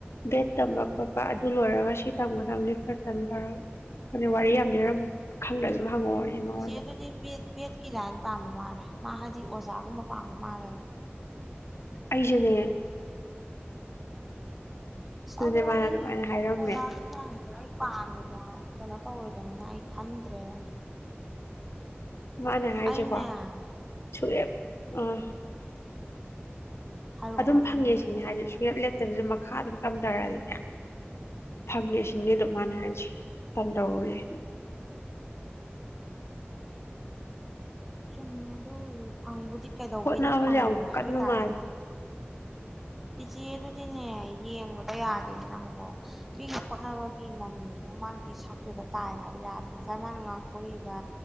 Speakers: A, on the left; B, in the centre.
A: ꯕꯦꯠ ꯇꯝꯕ ꯈꯣꯠꯄ ꯑꯗꯨ ꯂꯣꯏꯔꯒ ꯁꯤ ꯇꯝꯕꯒꯗꯕꯗꯤ ꯈꯣꯠꯀꯗꯕꯅꯦ ꯋꯥꯔꯤ ꯌꯥꯝ ꯂꯤꯔꯝꯃꯦ ꯈꯪꯗ꯭ꯔꯁꯨ ꯑꯗꯨꯝ ꯍꯪꯉꯛꯑꯣꯌꯦ ꯃꯉꯣꯟꯗ
B: ꯆꯤꯆꯦ ꯑꯗꯨꯗꯤ ꯕꯤ ꯕꯤꯑꯦꯠꯀꯤ ꯂꯥꯏꯟ ꯄꯥꯝꯕ ꯃꯥꯜꯂꯦ ꯃꯥ ꯍꯥꯏꯗꯤ ꯑꯣꯖꯥꯒꯨꯝꯕ ꯄꯥꯝꯕ ꯃꯥꯜꯂꯦ
A: ꯑꯩꯁꯨꯅꯦ ꯑꯗꯨꯅꯦ
B: ꯑꯗꯨ
A: ꯃꯥꯅ
B: ꯑꯩ
A: ꯑꯗꯨꯃꯥꯏꯅ ꯍꯥꯏꯔꯝꯃꯦ
B: ꯑꯣꯖꯒꯤ ꯂꯥꯏꯟꯁꯦ ꯑꯩ ꯄꯥꯝꯃꯤꯗꯣꯉꯥꯏ ꯀꯩꯅꯣ ꯇꯧꯔꯣꯏꯗꯅꯤꯅ ꯑꯩ ꯈꯟꯗ꯭ꯔꯦꯗ ꯍꯧꯖꯤꯛ
A: ꯃꯥꯅꯦ ꯍꯥꯏꯁꯦꯀꯣ
B: ꯑꯩꯅꯦ ꯑꯥ
A: ꯁꯨꯑꯦ ꯑꯥ
B: ꯍꯥꯏꯔꯛꯑꯣ
A: ꯑꯗꯨꯝ
B: ꯍꯥꯏꯔꯛꯑꯣ
A: ꯐꯪꯉꯦ
B: ꯅꯪ ꯍꯥꯟꯅ
A: ꯁꯤꯅꯦ
B: ꯍꯥꯏꯔꯛꯑꯣ
A: ꯍꯥꯏꯗꯤ ꯁꯨꯡꯂꯦꯞ ꯂꯦꯞꯄ ꯇꯕꯤꯗ ꯃꯈꯥ ꯑꯗꯨꯝ ꯇꯝꯊꯔꯛꯗꯤꯅꯦ ꯐꯪꯉꯦ ꯗꯨꯝ ꯃꯅꯦ
B: ꯎꯝ
A: ꯍꯥꯏꯁꯤ ꯇꯝꯗꯧ ꯑꯣꯌꯦ
B: ꯆꯨꯝꯃꯦ ꯑꯗꯨ ꯐꯪꯕꯕꯨꯗꯤ ꯀꯩꯗꯧ
A: ꯍꯣꯠꯅꯕꯁꯦ
B: ꯕꯩꯗꯤ ꯐꯪꯉꯣꯏ
A: ꯌꯥꯝ
B: ꯑꯗꯨ
A: ꯀꯟꯕ
B: ꯑꯣꯏ ꯇꯔꯒꯁꯨ
A: ꯃꯥꯜꯂꯦ
B: ꯆꯤꯆꯦ ꯑꯗꯨꯗꯤꯅꯦ ꯌꯦꯡꯕꯗ ꯌꯥꯗꯦꯅꯦ ꯅꯪꯕꯣ ꯃꯤꯒꯤ ꯈꯣꯠꯅꯕꯒꯤ ꯃꯃꯤ ꯑꯃ ꯃꯒꯤ ꯁꯛꯇꯨꯗ ꯇꯥꯏ ꯍꯥꯏꯕ ꯌꯥꯗꯦ ꯉꯁꯥꯏ ꯃꯥꯅ ꯉꯥꯡꯊꯣꯔꯛꯏꯕ